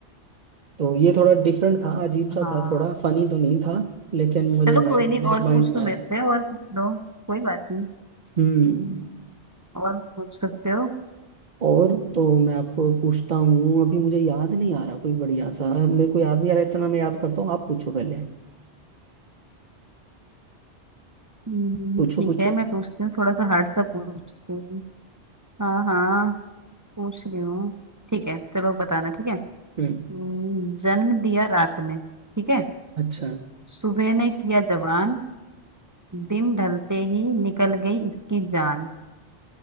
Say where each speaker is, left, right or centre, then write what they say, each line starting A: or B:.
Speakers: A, on the right; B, on the right.
A: तो ये थोड़ा डिफरेंट था अजीब सा
B: हाँ
A: था थोड़ा फनी तो नहीं था लेकिन मेरे
B: चलो
A: माइंड
B: कोई नहीं
A: मेरे
B: और
A: माइंड
B: पूछ
A: में
B: लो
A: आया।
B: मेरे से और पूछ लो कोई बात नहीं
A: हम्म
B: और पूछ सकते हो
A: और तो मैं आपको पूछता हूँ अभी मुझे याद नहीं आ रहा कोई बढ़िया सा मेरे को याद नहीं आ रहा इतना मैं याद करता हूँ आप पूछो पहले
B: हम्म,
A: पूछो
B: ठीक
A: पूछो
B: है मैं पूछती हूँ थोड़ा सा हार्ड सा पूछती हूँ हाँ हाँ पूछ रही हूँ ठीक है चलो बताना ठीक है हम्म,
A: हम्म
B: जन्म दिया रात ने ठीक है
A: अच्छा
B: सुबह ने किया जवान दिन ढलते ही निकल गई इसकी जान